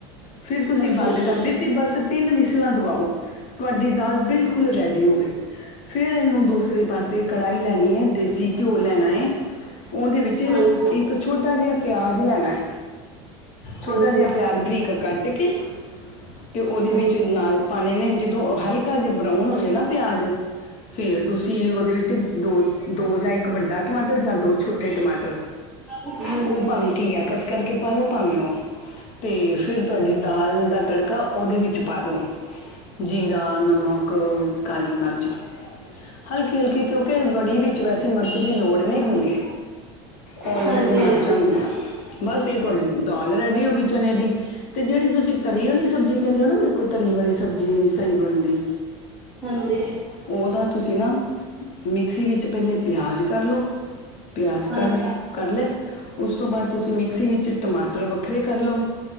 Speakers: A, on the left; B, in the centre.
A: ਫਿਰ ਤੁਸੀਂ
B: ਅੱਛਾ-ਅੱਛਾ,
A: ਬੰਦ ਕਰ ਦਿੱਤੀ, ਬਸ ਤਿੰਨ ਵਿਸਲਾਂ ਤੋਂ ਵਾਹੋ! ਤੁਹਾਡੀ ਦਾਲ ਬਿਲਕੁਲ ਰੈਡੀ ਹੋ ਗਈ। ਫੇਰ ਇਹਨੂੰ ਦੂਸਰੇ ਪਾਸੇ ਕੜਾਹੀ ਲੈਣੀ ਏ, ਦੇਸੀ ਘਿਓ ਲੈਣਾ ਏ। ਉਹਦੇ ਵਿੱਚ
B: ਹਾਂਜੀ।
A: ਇੱਕ ਛੋਟਾ ਜਿਹਾ ਪਿਆਜ ਲੈਣਾ ਏ। ਛੋਟਾ
B: ਹਾਂਜੀ,
A: ਜਿਹਾ ਪਿਆਜ ਬਰੀਕ ਕੱਟ ਕੇ ਤੇ ਉਹਦੇ
B: ਹਾਂਜੀ,
A: ਵਿੱਚ ਨਾਲ ਪਾਣੇ ਜਦੋਂ ਹਲਕਾ ਜੇ ਬਰਾਊਨ ਹੋਜੇ ਨਾ ਪਿਆਜ ਫਿਰ ਤੁਸੀਂ ਉਹਦੇ ਵਿੱਚ ਦੋ -ਦੋ ਜਾਂ ਇੱਕ ਵੱਡਾ ਟਮਾਟਰ ਜਾਂ ਦੋ ਛੋਟੇ ਟਮਾਟਰ
B: ਹਾਂਜੀ,
A: ਉਹ ਭਾਵੇਂ ਘੀਆ ਕਸ ਕਰਕੇ ਪਾ ਲਓ ਭਾਵੇਂ ਇਓਂ। ਤੇ ਫਿਰ ਤੁਹਾਡੀ ਦਾਲ ਦਾ ਤੜਕਾ ਉਹਦੇ ਵਿੱਚ ਪਾ ਦੋ। ਜੀਰਾ, ਨਮਕ, ਕਾਲੀ ਮਿਰਚ, ਹਲਕੀ -ਹਲਕੀ ਕਿਉਂਕਿ ਬੜੀ ਵਿੱਚ ਵੈਸੇ ਮਿਰਚ ਦੀ ਲੋੜ ਨਹੀਂ ਹੁੰਦੀ। ਔਲਰੇਡੀ
B: ਹਾਂਜੀ,
A: ਮਿਰਚਾਂ
B: ਹਾਂਜੀ।
A: ਹੁੰਦੀਆਂ, ਬਸ ਇਹ ਤੁਹਾਡੀ ਦਾਲ ਰੈਡੀ ਹੋ ਗਈ ਚਨੇ ਦੀ। ਤੇ ਜਿਹੜੀ ਤੁਸੀਂ ਤਰੀ ਵਾਲੀ ਸਬਜੀ ਕਹਿੰਦੇ ਹੋ ਨਾ ਮੇਰੇ ਕੋਲ ਤਰੀ ਵਾਲੀ ਸਬਜ਼ੀ ਨਹੀਂ ਸਹੀ ਬਣਦੀ,
B: ਹਾਂਜੀ,
A: ਉਹਦਾ ਤੁਸੀਂ ਨਾ ਮਿਕਸੀ ਵਿੱਚ ਪਹਿਲੇ ਪਿਆਜ਼ ਕਰ ਲਉ। ਪਿਆਜ
B: ਹਾਂਜੀ,
A: ਕਰ- ਕਰ ਲੈ ਉਸ ਤੋਂ ਬਾਅਦ ਤੁਸੀਂ ਮਿਕਸੀ ਵਿੱਚ ਟਮਾਟਰ ਵੱਖਰੇ ਕਰ ਲਓ,